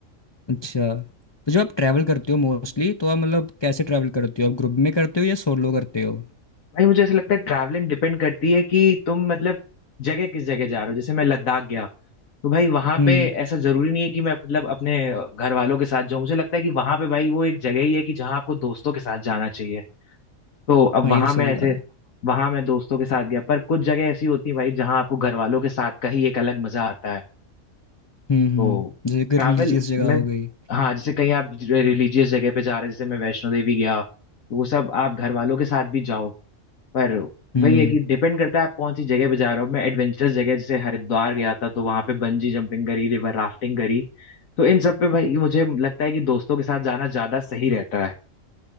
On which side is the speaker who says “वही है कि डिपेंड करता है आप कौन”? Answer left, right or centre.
Left